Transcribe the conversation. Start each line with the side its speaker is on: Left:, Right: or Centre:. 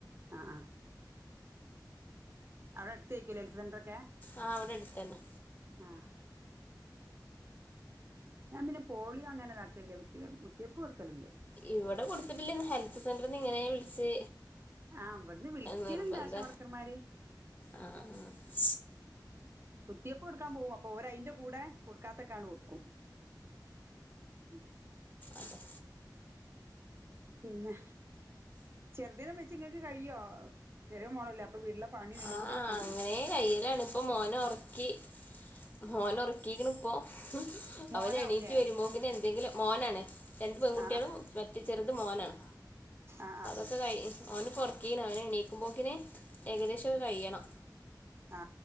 Right: ആഹ് ആഹ് അവിടെ അടുത്ത് ആയ്ക്കും ഹെൽത്ത് സെന്ററൊക്കെ?
Left: ആഹ് ഇവിടെ എടുത്തു തന്നെ.
Right: ആഹ് ഞാൻ പിന്നെ പോളിയ അങ്ങനെതാക്കല്യ കുത്തിവെ കുത്തിവെപ്പ് കൊട്ക്കല്ണ്ട്
Left: ഇവിടെ കൊടുത്തിട്ടില്ലെങ്കി ഹെൽത്ത് സെന്ററിന്ന് ഇങ്ങനെ വിളിച്ച്
Right: ആ വിടുന്ന് വിളിക്കല്ണ്ട്
Left: നിർബന്ധ
Right: ആശ വർക്കർമാര്
Left: ആഹ് ആഹ്
Right: കുത്തിവെപ്പ് കൊടുക്കാൻ പോകും അപ്പൊ ഓര് അയ്ന്റെ കൂടെ കൊടുക്കാത്തൊക്കെആണ്ട് കൊട്ക്കും. <inaudible>
Left: അതെ
Right: പിന്നെ ചെറുതിനം വെച്ച് ങ്ങക്ക് കഴിയോ ചെറിയ മോളല്ലേ അപ്പ വീട്ട്ലെ പണി എല്ലം
Left: ആഹ്
Right: കൂടി സമ
Left: അങ്ങനെ കയ്യിലാണ് ഇപ്പ മോന ഒർക്കി മോനഒർക്കിക്ക്ണ് പ്പോ
Right: മോനാവൂലേ
Left: അവന് എണീറ്റ് വരുമ്പോക്ക്ന് എന്തെങ്കിലും മോനാണ് രണ്ട് പെൺകുട്ടികളും
Right: ആ
Left: മറ്റ ചെറുത് മോനാണ്
Right: ആഹ് ആഹ്
Left: ക്ക കയ് ഓന് പ്പൊർക്കീണ് അവന് എണീക്കുമ്പോക്കിന് ഏകദേശം ഒക്കെ കഴിയണം
Right: ആ